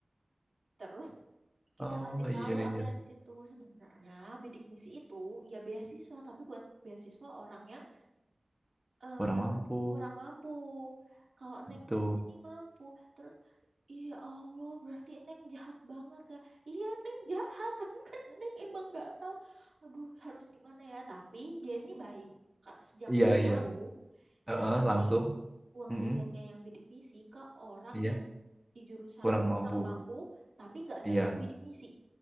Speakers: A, on the right (about 75°); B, in the centre.
A: terus kita
B: Oh
A: kasih tahu
B: iya
A: akhirnya
B: iya.
A: di situ sebenarnya bidik misi itu ya beasiswa tapi buat beasiswa orang yang eh
B: Kurang mampu
A: kurang mampu. Kalau Neng
B: itu.
A: kan di sini mampu. Terus iya Allah, berarti Neng jahat banget ya. Iya, Neng jahat, <laughs> tapi kan Neng emang nggak tahu. Aduh, harus gimana ya? Tapi dia ini baik. Ka- Sejak
B: Iya
A: dia
B: iya.
A: tahu,
B: Heeh,
A: dia Eh, kasih
B: langsung.
A: uang
B: Mm-mm.
A: mm, jajannya yang bidik misi ke orang
B: Iya.
A: yang di jurusanku
B: Kurang mampu.
A: kurang mampu, tapi nggak
B: Iya.
A: dapet bidik misi.